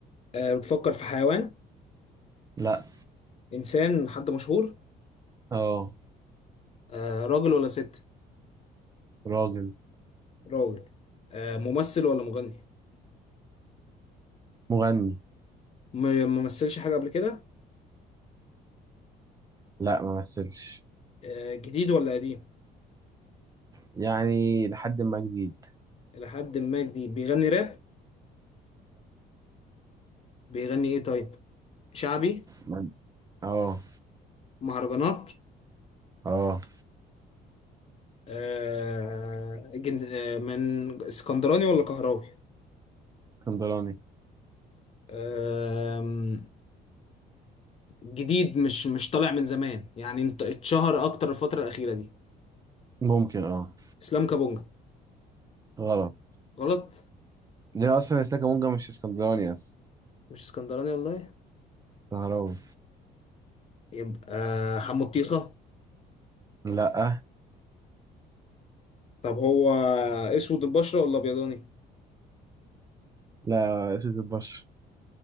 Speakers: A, on the left; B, on the right.
A: أه بتفكر في حيوان
B: لا
A: انسان حد مشهور
B: اه
A: أه راجل ولا ست
B: راجل
A: راجل أه ممثل ولا مغني
B: مغني
A: م- ممثلش حاجة قبل كده
B: لا ما مثلش
A: أه جديد ولا قديم
B: يعني لحد ما جديد
A: الى حد ما جديد بيغني راب بيغني ايه طيب شعبي
B: ما- اه
A: مهرجانات
B: اه
A: أه جن- آه، من اسكندراني ولا كهراوي
B: اسكندراني
A: أه جديد مش مش طالع من زمان يعني انت اتشهر اكتر الفترة الأخيرة دي
B: ممكن اه
A: اسلام كابونجا
B: غلط
A: غلط
B: ليه اصلا اسلاك مونجا مش اسكندراني اصلا
A: مش اسكندراني والله
B: نهراوي
A: يبقى حمطيخة
B: لا
A: طب هو اسود البشرة ولا ابيضاني
B: لا اسود البشر